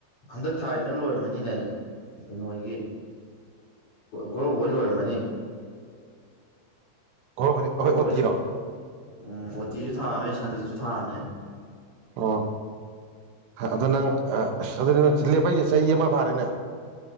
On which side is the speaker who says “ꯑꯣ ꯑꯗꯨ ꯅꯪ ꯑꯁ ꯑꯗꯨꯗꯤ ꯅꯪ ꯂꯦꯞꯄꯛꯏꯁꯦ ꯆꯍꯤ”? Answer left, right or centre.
Right